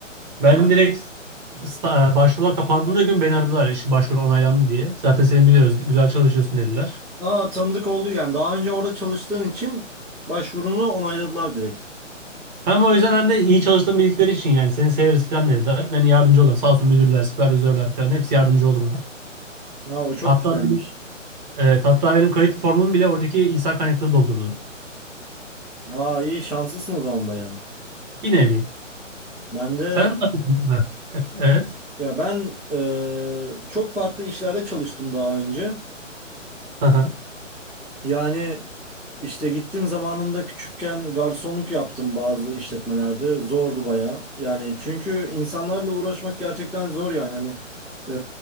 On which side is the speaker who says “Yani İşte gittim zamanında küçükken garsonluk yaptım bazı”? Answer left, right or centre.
Centre